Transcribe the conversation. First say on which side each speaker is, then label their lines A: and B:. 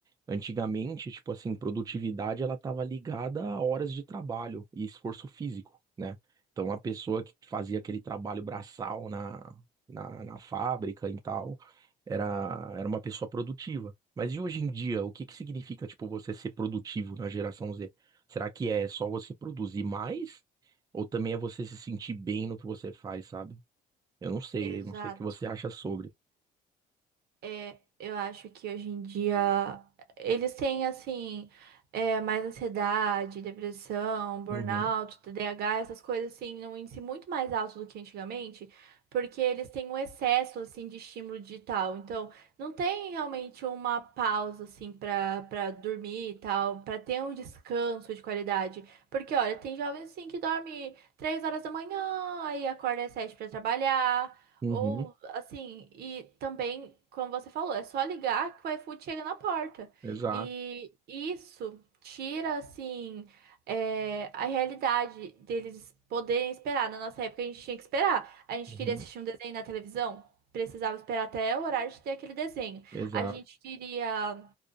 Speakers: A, on the right; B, on the right.
A: Antigamente, tipo assim, produtividade ela estava ligada a horas de trabalho e esforço físico, né? Então a pessoa que fazia aquele trabalho braçal na, na, na fábrica e tal, era, era uma pessoa produtiva. Mas e hoje em dia, o que que significa, tipo, você ser produtivo na geração Z? Será que é só você produzir mais? Ou também é você se sentir bem no que você faz, sabe? Eu não sei,
B: exato.
A: eu não sei o que você acha sobre.
B: É, eu acho que hoje em dia eles têm assim é, mais ansiedade, depressão, burnout,
A: Uhum.
B: TDAH, essas coisas assim, num índice muito mais alto do que antigamente, porque eles têm um excesso assim de estímulo digital. Então, não tem realmente uma pausa assim para para dormir e tal, para ter um descanso de qualidade. Porque olha, tem jovens assim que dorme três horas da manhã, aí acorda às sete para trabalhar.
A: Uhum.
B: Ou assim, e também, como você falou, é só ligar que o iFood chega na porta.
A: Exato.
B: E isso tira, assim, é, a realidade deles poderem esperar. Na nossa época, a gente tinha que esperar. A gente
A: Uhum.
B: queria assistir um desenho na televisão, precisava esperar até o horário de ter aquele desenho.
A: Exato.
B: A gente queria.